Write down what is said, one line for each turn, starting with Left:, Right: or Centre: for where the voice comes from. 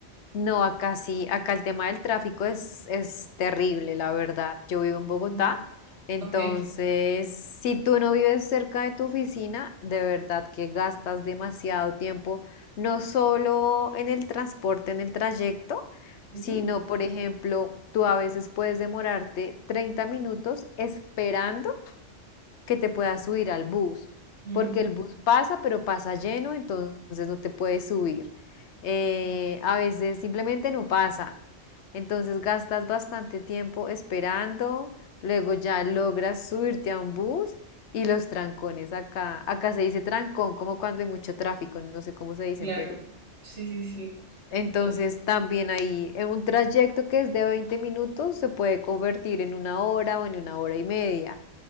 Left: No, acá sí, acá el tema del tráfico es, es terrible, la verdad. Yo vivo en Bogotá,
Right: Mm.
Left: entonces
Right: Ok.
Left: si tú no vives cerca de tu oficina, de verdad que gastas demasiado tiempo, no solo en el transporte, en el trayecto,
Right: Ujú.
Left: sino, por ejemplo, tú a veces puedes demorarte 30 minutos esperando que te puedas subir al bus,
Right: Mm,
Left: porque el bus pasa, pero pasa lleno, entonces no te puedes subir. Eh,
Right: no,
Left: a veces simplemente no pasa, entonces gastas bastante tiempo esperando, luego ya logras subirte a un bus y los trancones acá, acá se dice trancón, como cuando hay mucho tráfico, no sé cómo se dice
Right: claro.
Left: en Perú.
Right: Sí, sí, sí.
Left: Entonces
Right: Eh,
Left: también ahí en un trayecto que es de 20 minutos se puede convertir en una hora o en una hora y media.